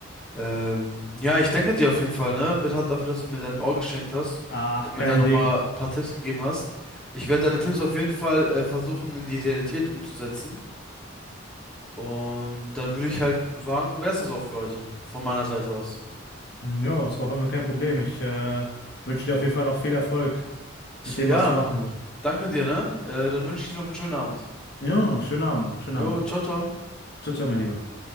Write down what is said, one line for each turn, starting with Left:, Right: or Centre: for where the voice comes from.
Centre: Ähm, ja, ich danke dir auf jeden Fall, ne? Bitte dafür, dass du mir dein Ohr geschenkt hast
Left: Ach,
Centre: und mir
Left: kein
Centre: da nochmal
Left: Ding.
Centre: ein paar Tipps gegeben hast. Ich werde deine Tipps auf jeden Fall äh, versuchen, in die Realität umzusetzen. Und dann würde ich halt sagen, wäre es das auch für heute, von meiner Seite aus.
Left: Ja, es war auf jeden Fall kein Problem. Ich äh, wünsche dir auf jeden Fall noch viel Erfolg mit dem,
Centre: Ja.
Left: was du machen willst.
Centre: Danke dir, ne? Äh, dann wünsche ich dir noch einen schönen Abend.
Left: Ja, schönen Abend noch, schönen
Centre: Jo,
Left: Abend.
Centre: ciao, ciao.
Left: Ciao, ciao, mein Lieber.